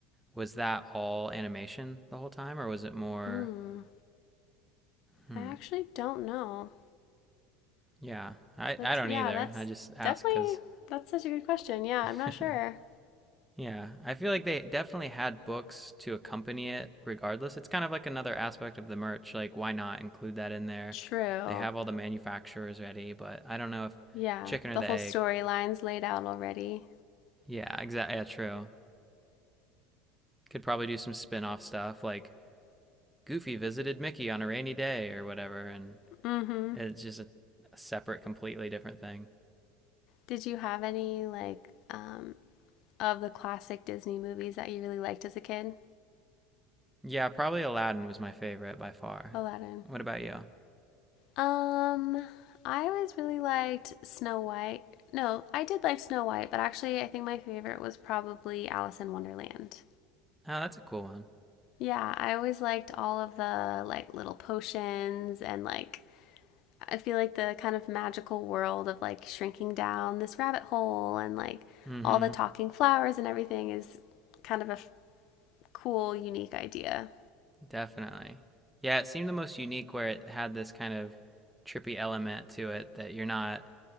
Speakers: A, in the centre; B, on the left.
A: was that all animation the whole time or was it more
B: Hmm.
A: hmm
B: I actually don't know.
A: yeah, I
B: That's,
A: I don't
B: yeah,
A: either.
B: that's
A: I just ask
B: definitely,
A: cuz
B: that's such a good question. Yeah,
A: <laughs>
B: I'm not sure.
A: yeah, I feel like they definitely had books to accompany it regardless. It's kind of like another aspect of the merch, like why not include that in there?
B: True.
A: They have all the manufacturers ready, but I don't know if
B: Yeah,
A: chicken or
B: the
A: the
B: whole
A: egg.
B: storyline's laid out already.
A: Yeah, exactly. Yeah, true. Could probably do some spin off stuff like Goofy visited Mickey on a rainy day or whatever, and
B: Mm-hmm.
A: it's just a, a separate, completely different thing.
B: Did you have any like um of the classic Disney movies that you really liked as a kid?
A: Yeah, probably Aladdin was my favorite by far.
B: Aladdin.
A: What about you? Oh,
B: Um, I always really liked Snow White. No, I did like Snow White, but actually I think my favorite was probably Alice in Wonderland.
A: that's a cool one.
B: Yeah, I always liked all of the like little potions and like I feel like the kind of magical world of like shrinking down this rabbit hole and like
A: Mm
B: all
A: hmm.
B: the talking flowers and everything is kind of a. cool, unique idea.
A: Definitely. Yeah, it seemed the most unique where it had this kind of trippy element to it that you're not,